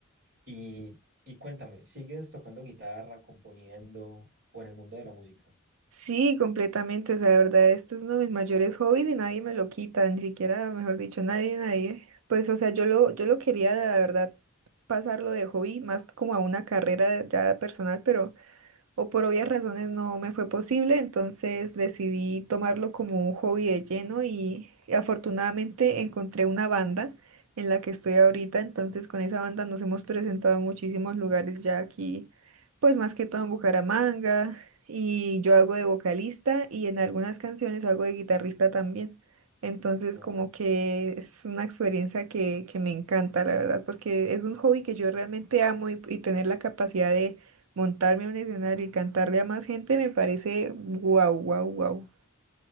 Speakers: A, on the right (about 55°); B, on the right (about 85°).
A: Y, y cuéntame, ¿sigues tocando guitarra, componiendo o en el mundo de la música?
B: Sí, completamente. O sea, de verdad, esto es uno de mis mayores hobbies y nadie me lo quita, ni siquiera, mejor dicho, nadie, nadie. Pues, o sea, yo lo, yo lo quería, la verdad, pasarlo de hobby más como a una carrera ya personal, pero o por obvias razones no me fue posible, entonces decidí tomarlo como un hobby de lleno y afortunadamente encontré una banda en la que estoy ahorita, entonces con esa banda nos hemos presentado en muchísimos lugares ya aquí, pues más que todo en Bucaramanga y yo hago de vocalista y en algunas canciones hago de guitarrista también. Entonces
A: Wow.
B: como que es una experiencia que, que me encanta, la verdad, porque es un hobby que yo realmente amo y y tener la capacidad de Montarme a un escenario y cantarle a más gente me parece guau, guau, guau.